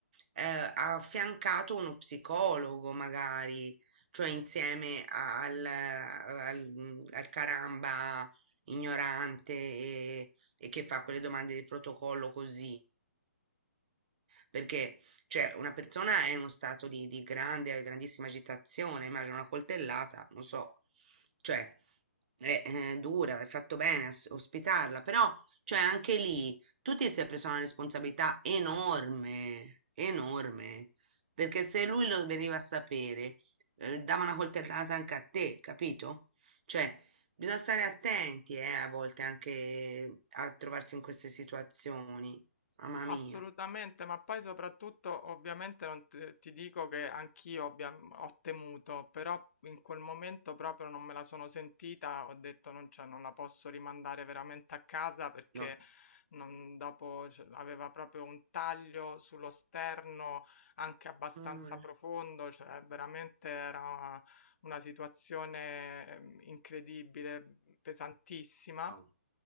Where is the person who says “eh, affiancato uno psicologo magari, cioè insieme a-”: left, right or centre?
Right